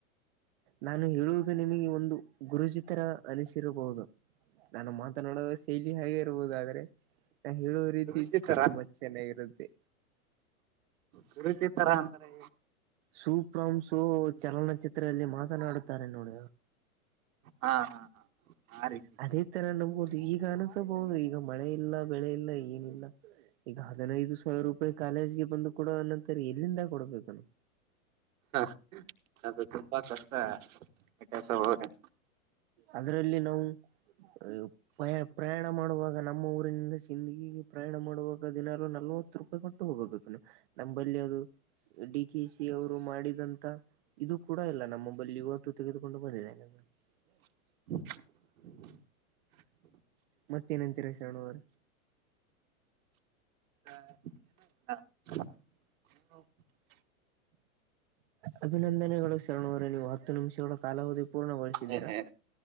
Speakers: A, on the right; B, on the right.
A: ನಾನು ಹೇಳುವುದು ನಿಮಗೆ ಒಂದು ಗುರುಜಿ ತರ ಅನಿಸಿರಬಹುದು. ನಾನು ಮಾತನಾಡುವ ಶೈಲಿ ಹಾಗೆ ಇರ್ಬೋದು ಆದ್ರೆ. ಹೇಳೋ ರೀತಿ
B: ಗುರುಜಿ ತರ
A: ತುಂಬಾ ಚೆನ್ನಾಗಿರುತ್ತೆ.
B: ಗುರುಜಿ ತರ ಅಂದ್ರೆ
A: ಸೂ ಪ್ರಾಮ್ ಸೂ ಚಲನಚಿತ್ರದಲ್ಲಿ ಮಾತನಾಡುತ್ತಾರೆ ನೋಡ.
B: ಹಾ ಹಾ ಹಾ ಆ ರೀತಿ
A: ಅದೇ ತರ ನಮ್ಗು ಈಗ ಅನ್ಸಬಹುದು ಈಗ ಮಳೆ ಇಲ್ಲ. ಬೆಳೆ ಇಲ್ಲ ಏನಿಲ್ಲ ಈಗ ಹದಿನೈದು ಸಾವಿರ ರೂಪಾಯಿ ಕಾಲೇಜ್ಗೆ ಬಂದು ಕಡ ಅ ಅದು ಎಲ್ಲಿಂದ ಕೊಡ್ಬೇಕ್-
B: ಹ ಅದು ತುಂಬಾ ಕಷ್ಟ ಕೆಲಸ ಅವ್ರೆ
A: ಅಂದ್ರೆ ಇಲ್ಲಿ ನಾವು. ಯ ಪ ಪ್ರಯಾಣ ಮಾಡುವಾಗ ನಮ್ಮ ಊರಿನಿಂದ ಜಿಂದ್ಗಿ ಪ್ರಯಾಣ ಮಾಡುವಾಗ ದಿನಲು ನಲ್ -- ಮೂವತ್ತು ರೂಪಾಯಿ ಕೊಟ್ಟು ಹೋಗಬೇಕು ನಂಬಲ್ಲಿ ಅದು. ಡಿ ಕೆ ಸಿ ಅವರು ಮಾಡಿದಂತ ಇದು ಕೂಡ ಇಲ್ಲ ನಮ್ಮಬಳಿ ಇವತ್ತು. <unintelligible>
B: <inaudible>
A: ಮತ್ತೇನಂತಿರ ಶ್ರರಣ ಅವ್ರೆ
B: <unintelligible>
A: ಅಭಿನಂದನೆಗಳು ಶ ಶರಣವ್ರೆ ನೀವು ಹತ್ತು ನಿಮಿಷಗಳ ಕಾಲಾವಧಿ ಪೂರ್ಣಗೊಳಿಸಿದ್ದೀರಾ.
B: ಏ